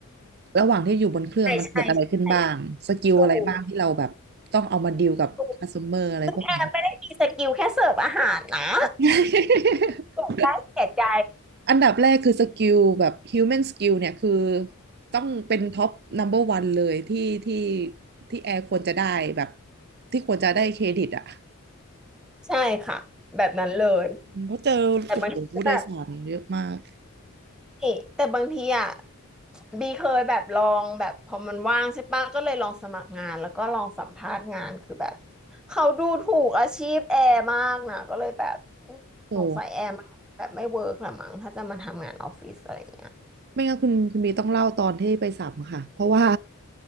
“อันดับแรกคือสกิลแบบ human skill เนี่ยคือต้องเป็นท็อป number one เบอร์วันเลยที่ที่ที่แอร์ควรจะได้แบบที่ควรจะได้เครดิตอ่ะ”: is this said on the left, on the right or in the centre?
Right